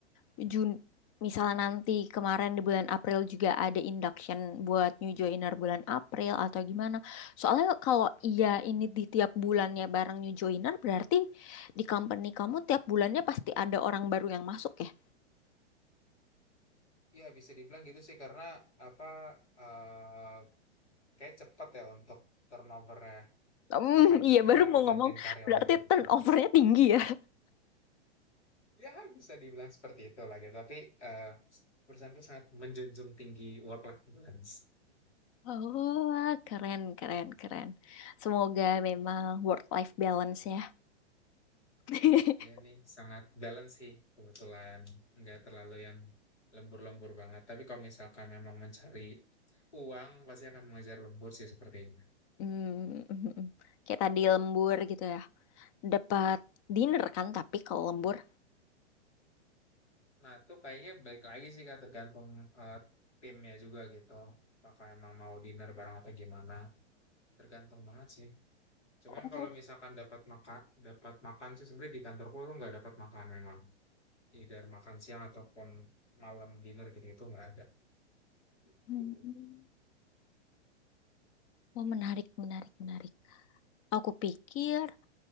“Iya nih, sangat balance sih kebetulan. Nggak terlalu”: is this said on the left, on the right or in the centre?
Left